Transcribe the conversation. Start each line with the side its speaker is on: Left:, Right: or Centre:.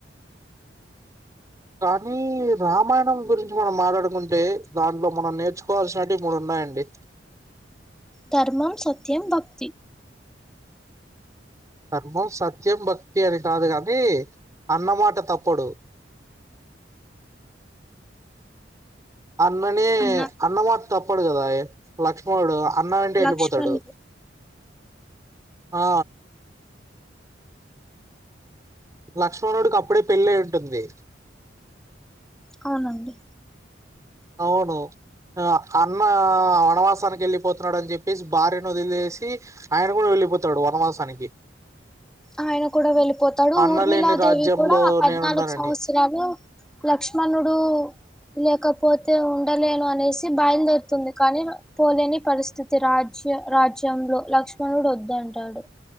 Right: కానీ రామాయణం గురించి మనం మాట్లాడుకుంటే దాంట్లో మనం నేర్చుకోవాల్సినటి మూడు ఉన్నాయండి
Centre: ధర్మం సత్యం భక్తి
Right: ధర్మం సత్యం భక్తి అని కాదు గాని అన్నమాట తప్పడు అన్ననే
Centre: అన్న
Right: అన్నమాటా తప్పడు కదా లక్ష్మణుడు అన్న వెంటే వెళ్ళిపోతాడు
Centre: లక్ష్మణుడు
Right: ఆ లక్ష్మణుడికి అప్పుడే పెళ్ళయ్యి ఉంటుంది
Centre: అవునండి
Right: అవును ఆ అన్న వనవాసానికి వెళ్ళిపోతున్నాడు అని చెప్పేసి భార్యను వదిలేసి ఆయన కూడా వెళ్ళిపోతాడు వనవాసానికి
Centre: ఆయన కూడా వెళ్ళిపోతాడు
Right: అన్న
Centre: ఊర్మిళ
Right: లేని
Centre: దేవి
Right: రాజ్యంలో
Centre: కూడా ఆ పద్నాలుగు
Right: నేనున్నానని
Centre: సంవత్సరాలు లక్ష్మణుడు లేకపోతే ఉండలేను అనేసి బయలుదేరుతుంది కానీ పోలేని పరిస్థితి రాజ్య రాజ్యంలో లక్ష్మణుడు వద్దంటాడు